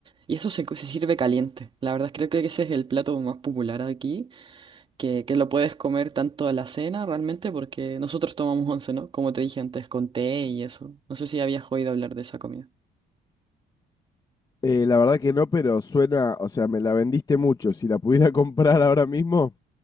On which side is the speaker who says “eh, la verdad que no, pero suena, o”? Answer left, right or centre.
Left